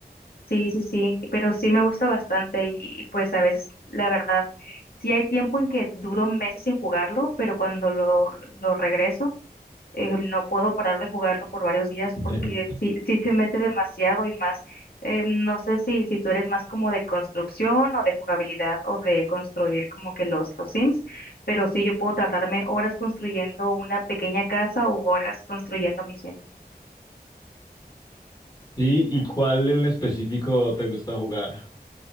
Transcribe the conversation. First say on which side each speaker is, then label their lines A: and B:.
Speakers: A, on the left; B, on the left.
A: Sí, sí, sí, pero sí me gusta bastante y, y, pues a veces, la verdad, sí hay tiempo en que duro meses sin jugarlo, pero cuando lo, lo regreso, eh, no puedo parar de jugarlo por varios días
B: <laughs>
A: porque sí, sí te mete demasiado y más, eh, no sé si, si tú eres más como de construcción o de jugabilidad o de construir como que los, los Sims, pero sí yo puedo tardarme horas construyendo una pequeña casa o horas construyendo mis Sims.
B: Sí, ¿y cuál en específico te gusta jugar?